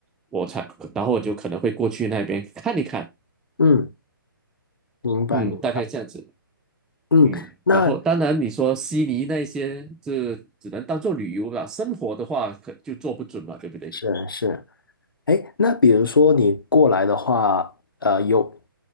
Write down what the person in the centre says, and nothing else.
我才，然后我就可能会过去那边看一看，
嗯，大概这样子。
嗯，
然后当然你说悉尼那些，这只能当做旅游啦，生活的话可就做不准嘛，对不对？